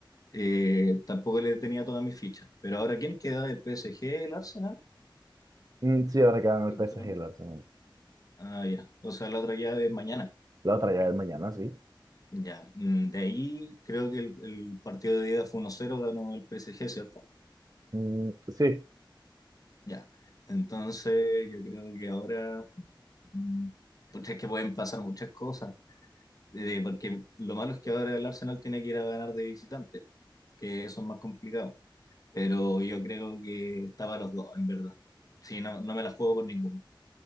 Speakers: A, on the left (about 45°); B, on the right (about 45°).
A: Eh, tampoco le tenía todas mis fichas. Pero ahora, ¿quién queda? ¿El PSG, el Arsenal?
B: Mm, Sí, ahora que gana el
A: Listo,
B: PSG,
A: ¿no?
B: el Arsenal.
A: Ah, ya. O sea, la otra llave es mañana.
B: La otra ya es mañana, sí.
A: Ya. Mm, De ahí creo que el, el partido de ida fue uno cero ganó el PSG, ¿cierto?
B: Mm, sí,
A: Ya. Entonces, yo creo que ahora. mm, pucha, es que pueden pasar muchas cosas. Eh, porque lo malo es que ahora el Arsenal tiene que ir a ganar de visitante, que eso es más complicado. Pero yo creo que estaba los dos, en verdad. Sí, no, no me la juego por ninguno.